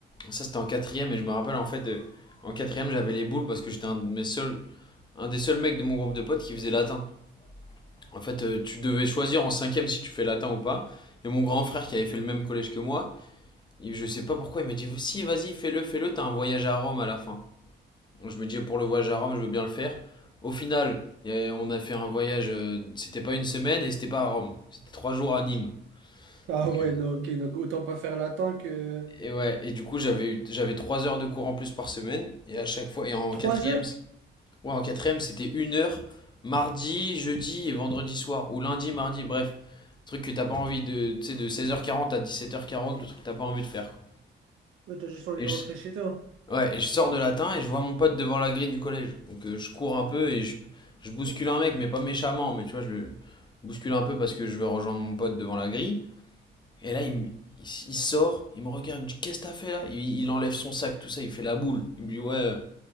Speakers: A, on the left (about 25°); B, on the right (about 80°).
A: ça, c'était en quatrième, et je me rappelle, en fait, euh, en quatrième, j'avais les boules parce que j'étais un de mes seuls. Un des seuls mecs de mon groupe de potes qui faisait latin. En fait, euh, tu devais choisir en cinquième si tu fais latin ou pas. Et mon grand frère qui avait fait le même collège que moi, Il- Je sais pas pourquoi, il m'a dit si, vas-y, fais-le, fais-le, t'as un voyage à Rome à la fin. Je me dis pour le voyage à Rome, je veux bien le faire. Au final, on a fait un voyage, euh, c'était pas une semaine et c'était pas à Rome, c'était trois jours à Nîmes.
B: Ah
A: Ok.
B: ouais, non, ok, donc autant pas faire latin que...
A: Et ouais, et du coup, j'avais eu, j'avais trois heures de cours en plus par semaine, et à chaque fois, et en
B: 3
A: quatrième,
B: heures?
A: c- ouais, en quatrième, c'était une heure, mardi, jeudi et vendredi soir, ou lundi, mardi, bref. Un truc que t'as pas envie de, tu sais, de seize heures quarante à dix-sept heures quarante le truc que t'as pas envie de faire, quoi.
B: Bah, t'as juste envie
A: Et
B: de
A: je
B: rentrer chez toi.
A: Ouais, et je sors de latin et je vois mon pote devant la grille du collège. Donc euh, je cours un peu et je, je bouscule un mec, mais pas méchamment, mais tu vois, je le bouscule un peu parce que je veux rejoindre mon pote devant la grille. Et là, il, me- il, s- il sort, il me regarde, il me dit Qu'est-ce que t'as fait là il, il enlève son sac, tout ça, il fait la boule. Il me dit Ouais, euh,